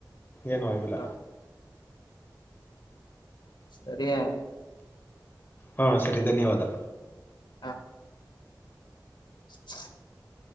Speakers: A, on the left (about 25°); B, on the left (about 80°).
A: ಏನು ಆಗಿಲ್ಲ.
B: ಹ ಸರಿಯಾನ?
A: ಹಾ ಸರಿ ಧನ್ಯವಾದ
B: ಹಾ <unintelligible>